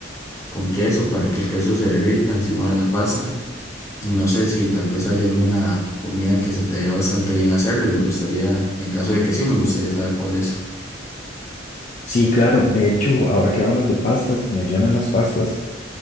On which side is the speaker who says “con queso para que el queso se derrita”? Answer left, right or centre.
Left